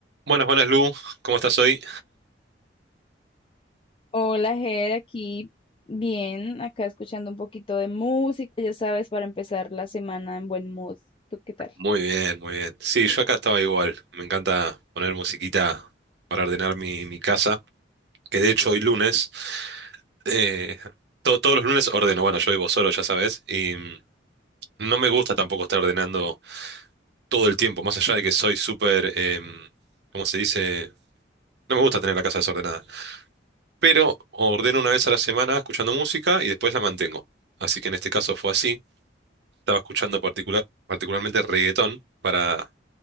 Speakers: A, on the right (about 60°); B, on the left (about 30°).
A: Buenas, buenas Lu, ¿cómo estás hoy?
B: Hola, Ger, aquí bien, acá escuchando un poquito de música, ya sabes, para empezar la semana en buen mood. ¿Tú qué tal?
A: Muy bien, muy bien. Sí, yo acá estaba igual. Me encanta poner musiquita para ordenar mi, mi casa, que de hecho hoy lunes, eh, to- todos los lunes ordeno, bueno, yo vivo solo, ya sabes, y mm, no me gusta tampoco estar ordenando todo el tiempo, más allá de que soy súper, em, ¿cómo se dice? No me gusta tener la casa desordenada, pero ordeno una vez a la semana escuchando música y después la mantengo. Así que en este caso fue así. Estaba escuchando particular, particularmente reggaetón. para